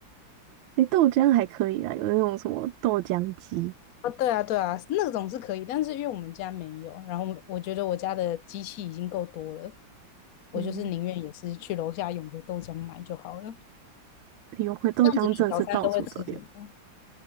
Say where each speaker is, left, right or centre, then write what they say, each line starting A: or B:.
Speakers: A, on the right (about 80°); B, on the left (about 65°).
A: 诶，豆浆还可以啊，有那种什么豆浆机。
B: 啊，对啊，对啊，那种是可以，但是因为我们家没有，然后我觉得我家的机器已经够多了，我就是宁愿也是去楼下永和豆浆买就好了。
A: 嗯，有会豆浆真的是到处都有。
B: 这样子你早餐都会吃什么？